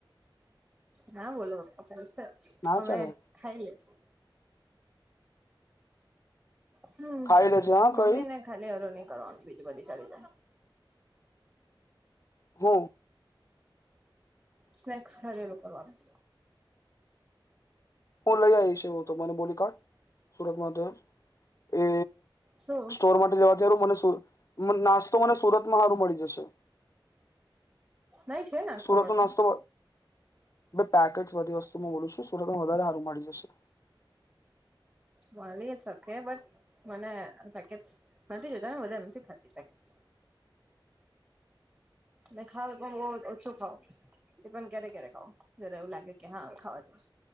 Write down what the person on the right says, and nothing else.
હા બોલો પપ્પા કોલ છે
અમે
ખાઈ લેશુ હમ્મ
મમ્મી
ને ખાલી ઓ ન કરવા બીજું બધી ચાલી જાય
સ્નેક્સ ખરેલું કરવાનું
શું
નહી છે ના
તમાર પા
મળી શકે બટ તે મને પેકેટ્સ નથી જોતા ને બધા નથી ખાતી પેકેટ્સ
ને ખાવ એ પણ બઉ ઓછું ખાવ એ પણ ક્યારે ક્યારે ખાવ જરા એવું લાગે કે હા હવે ખાવા જ